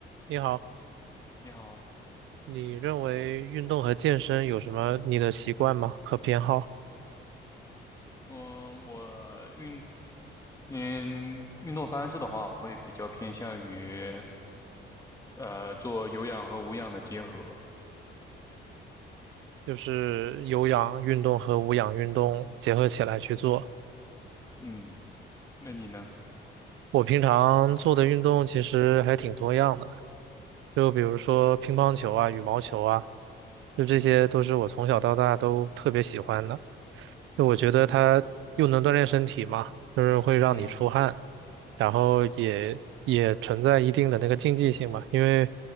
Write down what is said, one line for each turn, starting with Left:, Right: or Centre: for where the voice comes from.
Right: 你好，
Left: 你好，
Right: 你认为运动和健身有什么你的习惯吗？和偏好？
Left: 嗯，我运，嗯，运动方式的话，我会比较偏向于呃做有氧和无氧的结合。
Right: 就是有氧运动和无氧运动结合起来去做。
Left: 嗯，那你呢？
Right: 我平常做的运动其实还挺多样的，就比如说乒乓球啊、羽毛球啊，就这些都是我从小到大都特别喜欢的。就我觉得它又能锻炼身体嘛，就是会让你出汗，
Left: 嗯
Right: 然后也也存在一定的那个竞技性嘛，因为